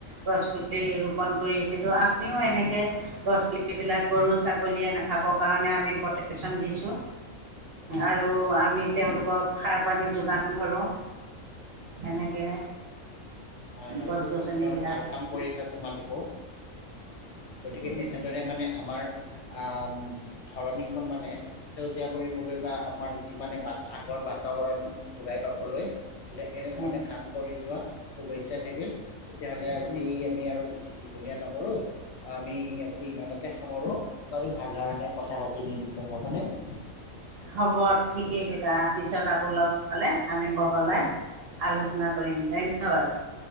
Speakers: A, on the right; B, on the left.
A: গছ পুলি ৰোপন কৰিছিলোঁ আমিও এনেকৈ গছপুলিবিলাক গৰু ছাগলীয়ে নাখাবৰ কাৰণে আমি প্ৰটেক্যচন দিছোঁ। আৰু আমি তেওঁলোকক সাৰ পানী যোগান ধৰোঁ
B: <inaudible>
A: এনেকে
B: হয়, হয়
A: গছ
B: খুব
A: গছনিবিলাক।
B: সুন্দৰ, ভাল কাম কৰি আছা তোমালোকো গতিকে,
A: উম
B: এনেদৰে মানে আমাৰ আহ ধৰণীখন মানে সেউজীয়া কৰিবলৈ বা আমাৰ। যি মানে বা আগৰ বাতাবৰণ ঘূৰাই পাবলৈ হলে এনেধৰণে
A: উম,
B: কাম কৰি যোৱা, শুভেচ্ছা থাকিল, তেতিয়াহ'লে আজি
A: উম,
B: আমি আৰু বেছি দীঘলীয়া ন কৰো আমি আজি ইমানতে সামৰো, আমি ভাল ধৰণে কথা পাতিম এই বিষয়ে হবনে। <inaudible>
A: হ'ব ঠিকেই কৈছা, পিছত আকৌ লগ পালে আমি বহলাই আলোচনা কৰিম ধন্যবাদ।